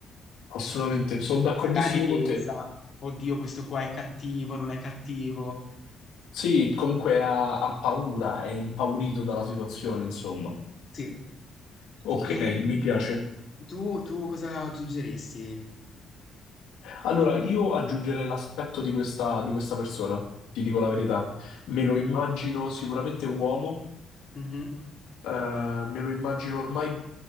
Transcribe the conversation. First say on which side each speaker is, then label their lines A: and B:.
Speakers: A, on the left; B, on the left.
A: Assolutamente, sono d'accordissimo
B: Magari pensa,
A: con te.
B: oddio, questo qua è cattivo, non è cattivo.
A: Sì, comunque ha, ha paura, è impaurito dalla situazione, insomma.
B: Sì,
A: Ok,
B: quindi
A: mi piace.
B: tu, tu cosa aggiungeresti?
A: Allora, io aggiungerei l'aspetto di questa, di questa persona, ti dico la verità. Me lo immagino sicuramente uomo,
B: Mhm.
A: Eh, me lo immagino ormai